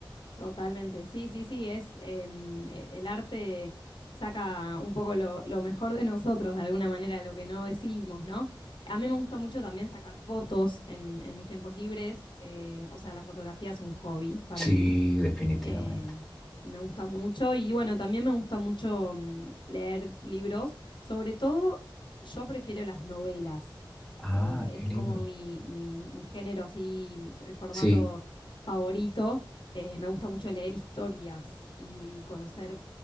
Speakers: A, on the left; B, in the centre.
A: totalmente. Sí, sí, sí, es em, e- el arte saca un poco lo, lo mejor de nosotros, de alguna manera, lo que no decimos, ¿no? A mí me gusta mucho también sacar fotos en, en mis tiempos libres, eh, o sea, la fotografía es un hobby para
B: Sí,
A: mí.
B: definitivamente.
A: eh, me gusta mucho y bueno, también me gusta mucho mm, leer libros. Sobre todo, yo prefiero las novelas.
B: Ah,
A: Eh,
B: qué
A: es
B: lindo.
A: como mi, mi- mi género así, mi f- el formato
B: Sí.
A: favorito. Eh, me gusta mucho leer historias y conocer,